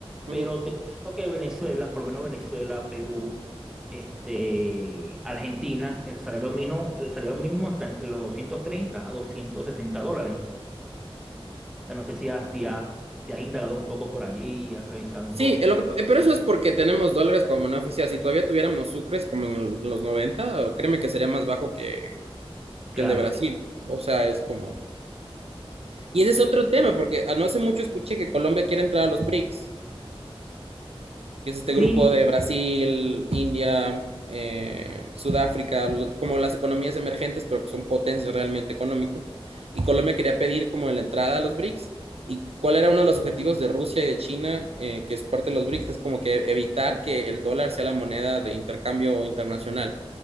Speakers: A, in the centre; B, on the right (about 75°).
A: Pero
B: Ujú.
A: te cuento que Venezuela, por lo menos Venezuela, Perú, este, Argentina, el salario mínimo, el salario mínimo está entre los 230 a 260 dólares sea, no sé si has, si has, si has indagado un poco por allí y has revisado un
B: Sí,
A: poco.
B: eh, lo que- eh, pero eso es porque tenemos dólares como moneda oficial. Si todavía tuviéramos sucres como en el- los 90, créeme que sería más bajo que,
A: Claro,
B: que el de Brasil. O sea, es como... Y ese es otro tema, porque ah, no hace mucho escuché que Colombia quiere entrar a los BRICS. Es este
A: sí,
B: grupo de Brasil, India, eh, Sudáfrica, lo- como las economías emergentes, pero que son potencias realmente económicas. Y Colombia quería pedir como la entrada a los BRICS. ¿Y cuál era uno de los objetivos de Rusia y de China, eh, que es parte de los BRICS? Es como que evitar que el dólar sea la moneda de intercambio internacional.